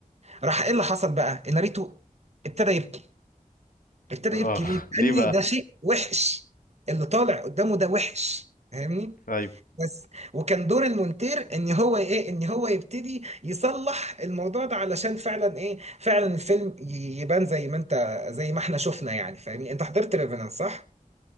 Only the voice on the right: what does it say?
راح ايه اللي حصل بقى ان ناريتو ابتدى يبكي ابتدى
يبكي ليه
لاني
ده شيء وحش اللي طالع قدامه ده وحش فاهمني
بس وكان دور المونتير ان هو ايه ان هو يبتدي يصلح الموضوع ده علشان فعلا ايه فعلا الفيلم ي- يبان زي ما انت زي ما احنا شفنا يعني فاهمني انت حضرت ريفينانس صح